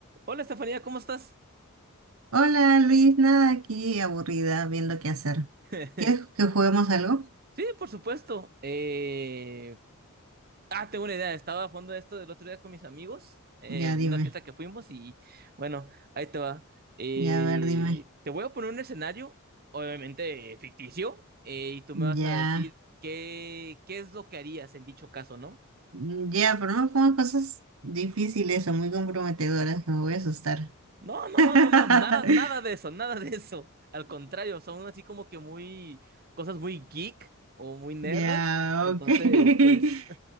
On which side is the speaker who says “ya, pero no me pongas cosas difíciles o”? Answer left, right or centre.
Right